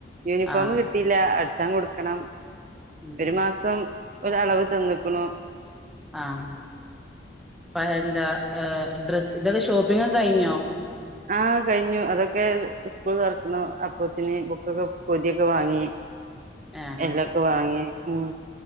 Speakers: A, on the right; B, in the centre.
A: യൂണിഫോം
B: ആഹ് ആഹ്
A: കിട്ടിയില്ല അട് ചാ കൊടുക്കണം
B: ഉം
A: ഒരു മാസം ഒരളവ് തന്ന്ക്ക്ണു
B: ആ പ്പ എന്ത ഏഹ് ഡ്രസ്സ് ഇതൊക്കെ ഷോപ്പിങ്ങൊക്കെ കഴിഞ്ഞോ?
A: ആ കഴിഞ്ഞു, അതൊക്കെ സ്കൂൾ തൊറക്കുന്നു അപ്പൊത്തന്നെ ബുക്കൊക്കെ, പൊതിയൊക്കെ വാങ്ങി.
B: ആഹ്
A: എല്ലക്കും വാങ്ങി ഉം